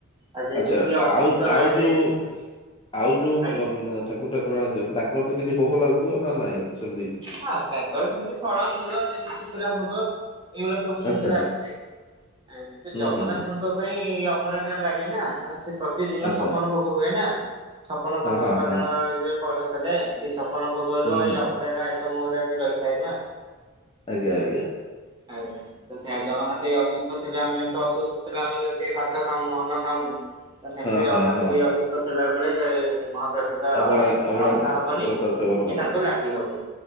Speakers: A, on the right (about 20°); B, on the left (about 20°).
A: ଆଉ ଯେହେତୁ
B: ଆଛା।
A: ସିଏ
B: ଆଉ
A: ଅସୁସ୍ଥ ରହିବେ
B: ଆଉ ଯୋଉ ଆଉ ଯୋଉ
A: ଆଜ୍ଞା
B: ଠାକୁର ଠାକୁରାଣୀ ଅଛନ୍ତି। ତାଙ୍କର ତ କିଛି ଭୋଗ ଲାଗୁଥିବ ନା ନାଇଁ ସେମିତି।
A: ହଁ ତାଙ୍କର ସେମିତି ଫଳ ମୂଳ ଯେମିତି ଶୁଖିଲା ଭୋଗ ଏଇଭଳିଆ ସବୁ
B: ଆଚ୍ଛା।
A: ସେମିତି ଲାଗୁଛି। କିନ୍ତୁ
B: ହୁଁ
A: ଜଗନ୍ନାଥଙ୍କ
B: ହୁଁ ହୁଁ
A: ପାଇଁ ଅଭଡ଼ା ଟା ଲାଗେ ନା। କାରଣ ସେ ପ୍ରତିଦିନ
B: ଆଚ୍ଛା
A: ଛପନ ଭୋଗ ହୁଏ ନା। ଛପନ ଭୋଗ
B: ହଁ ହଁ ହଁ
A: ତାଙ୍କ ଇଏ ପରଶା ଯାଏ ଏଇ ଛପନ ଭୋଗର
B: ହୁଁ
A: ଏଇ
B: ହୁଁ
A: ଅଭଡ଼ା ର ଆଇଟମ୍ ଗୁରା ବି ରହିଥାଏ ନା।
B: ଆଜ୍ଞା। ଆଜ୍ଞା।
A: ଆଗ ସେ ଜଗନ୍ନାଥ ଏ ଅସୁସ୍ଥ ଥିବେ ଆମେ ଯେମିତି ଅସୁସ୍ଥ ଥିଲେ ଆମେ ଯେମିତି ଭାତ ଖାଉନୁ। ଅନ୍ନ ଖାଉନୁ। ନା ସେମିତି
B: ହଁ
A: ଜଗନ୍ନାଥ
B: ହଁ ହଁ
A: ବି ଅସୁସ୍ଥ ଥିଲା। ବେଳେ ଯେ ମହା ପ୍ରସାଦ
B: ଅବଡା ଅବଡା
A: ରନ୍ଧା ହବନି।
B: ପ୍ରସାଦ ସେବନ
A: କି
B: କରନ୍ତି
A: ତାଙ୍କୁ ଲାଗ ଗି ହବନି।